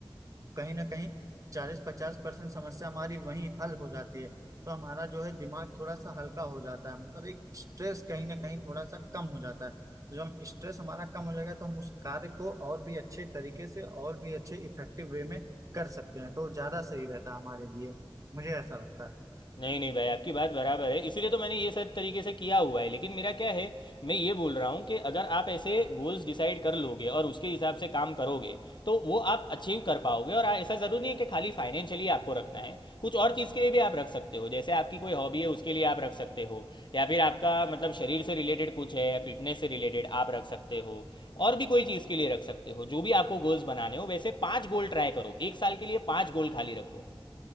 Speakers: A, on the right (about 40°); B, on the left (about 60°).
A: कहीं ना कहीं चालीस पचास परसेंट समस्या हमारी वहीं हल हो जाती है तो हमारा जो है दिमाग थोड़ा सा हल्का हो जाता है मतलब एक स्ट्रेस कहीं ना कहीं थोड़ा सा कम हो जाता है तो जब स्ट्रेस हमारा कम हो जाएगा तो हम उस कार्य को और भी अच्छे तरीके से और भी अच्छे इफेक्टिव वे में कर सकते हैं तो ज्यादा सही रहता है हमारे लिए मुझे ऐसा लगता है
B: नहीं नहीं भाई आपकी बात बराबर है इसीलिए तो मैंने ये सब तरीके से किया हुआ है लेकिन मेरा क्या है मैं ये बोल रहा हूँ कि अगर आप ऐसे गोल्स डिसाइड कर लोगे और उसके हिसाब से काम करोगे तो वो आप अचीव कर पाओगे और ऐसा ज़रूरी नहीं है कि खाली फाइनेंशियली आपको रखना है कुछ और चीज़ के लिए भी आप रख सकते हो जैसे आपकी कोई हॉबी है उसके लिए आप रख सकते हो या फिर आपका मतलब शरीर से रिलेटेड कुछ है फिटनेस से रिलेटेड आप रख सकते हो और भी कोई चीज़ के लिए रख सकते हो जो भी आपको गोल्स बनाने हो वैसे पाँच गोल ट्राई करो एक साल के लिए पाँच गोल खाली रखो